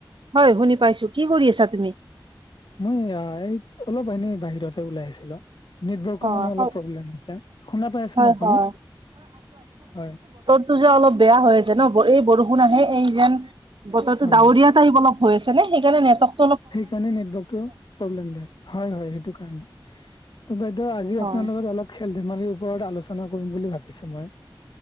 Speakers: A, on the right; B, on the left.
A: হয় শুনি পাইছো, কি কৰি আছা তুমি?
B: মই এইয়া এই অলপ এনেই বাহিৰতে ওলাই আহিছিলো। নেটৱৰ্কৰ
A: হয়,
B: মানে অলপ
A: হয়,
B: প্ৰব্লেম হৈ আছে শুনা পাই আছে
A: হয়,
B: ন আপুনি
A: হয়।
B: হয়।
A: টো যে অলপ বেয়া হৈ আছে ন এই বৰষুণ আহে এই যেন বতৰটো
B: হয়
A: ডাৱৰীয়া। টাইপ অলপ হৈ আছে নে সেইকাৰণে নেটৱৰ্ক।
B: সেইকাৰণে নেটৱৰ্কটো প্ৰব্লেম দিয়ে হয় হয় সেইটো কাৰণে। ত' বাইদেউ আজি
A: হয়।
B: আপোনাৰ লগত অলপ খেল ধেমালিৰ ওপৰত আলোচনা কৰিম বুলি ভাবিছোঁ মই।